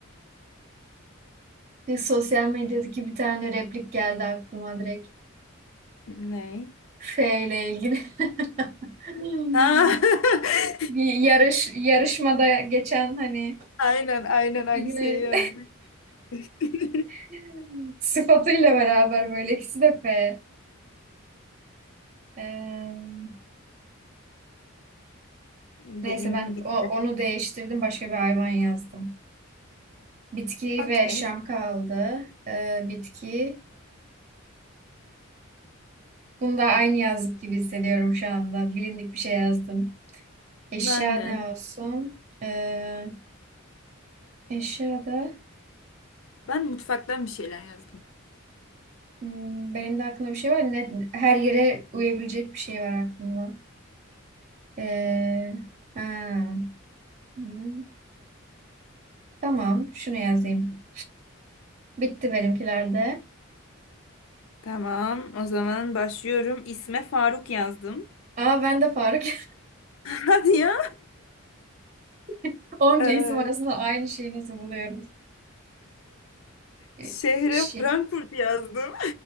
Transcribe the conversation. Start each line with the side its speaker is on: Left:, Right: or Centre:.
Right: Bir sosyal medyadaki bir tane replik geldi aklıma direkt.
Left: Ne?
Right: F ile ilgili. <laughs> Hmm.
Left: Ha. <laughs>
Right: Bir yarış yarışmada geçen hani
Left: Aynen aynen aynı
Right: bilmem
Left: şeyi yazdık. <laughs>
Right: <laughs> sıfatıyla beraber böyle ikisi de F. Ee,
Left: Benim
Right: neyse ben
Left: bitti.
Right: o- onu değiştirdim başka bir hayvan yazdım. Bitki
Left: Okey.
Right: ve yaşam kaldı. Ee, bitki. Bunu da aynı yazdık gibi hissediyorum şu anda. Bilindik bir şey yazdım. Eşya
Left: Ben
Right: ne
Left: de.
Right: olsun? Ee, eşyada
Left: Ben mutfaktan bir şeyler yazdım.
Right: hmm, benim de aklımda bir şey var. Ne, her yere uyabilecek bir şey var aklımda. Ee, ha, hmm, tamam şunu yazayım. Bitti benimkilerde.
Left: Tamam, o zaman başlıyorum. İsme Faruk yazdım.
Right: Aa ben de Faruk.
Left: <laughs> Hadi ya.
Right: <laughs> Onca
Left: Ee,
Right: isim arasında aynı şeyi nasıl buluyoruz? Ee,
Left: şehre
Right: Şey,
Left: Frankfurt yazdım.